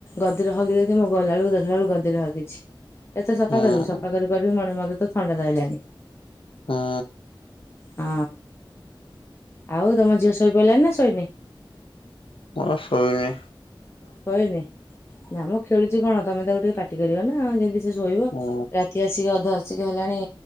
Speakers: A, on the left; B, on the left.
A: ଗଦିରେ ହଗି ଦେଇଛି, ମୁଁ ଗଲା ବେଳକୁ ଦେଖିଲା ବେଳକୁ ଗଦିରେ ହଗିଛି। ଏତେ ସଫା
B: ହୁଁ
A: କରିବୁ ସଫା କରି କରି ମଣି ମତେ ଥଣ୍ଡା ଧଇଲାଣି।
B: ଉଁ।
A: ହଁ, ଆଉ ତମ ଝିଅ ଶୋଇ ପଇଲାଣି ନା ଶୋଇନି?
B: ଓ ଶୋଇନେଇ।
A: ଶୋଇନି ଜାମ ଖେଳୁଛି କଣ ତମେ ତାକୁ ଟିକେ ପାଟି କରିବ ନା ଯଦି ଯଦି ଶୋଇବ
B: ହୁଁ
A: ରାତି ଆସିକି ଅଧ ଆସିକି ହେଲାଣି